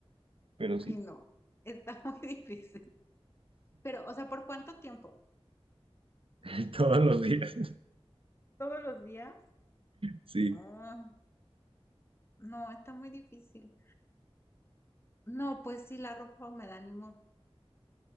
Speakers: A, on the right (about 60°); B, on the left (about 25°).
A: pero
B: Ay,
A: sí.
B: no, está <laughs> muy difícil. Pero, o sea, ¿por cuánto tiempo?
A: <laughs> Todos los días.
B: ¿Todos los días?
A: Sí.
B: Ah, no, está muy difícil. No, pues sí, la ropa húmeda, ni modo.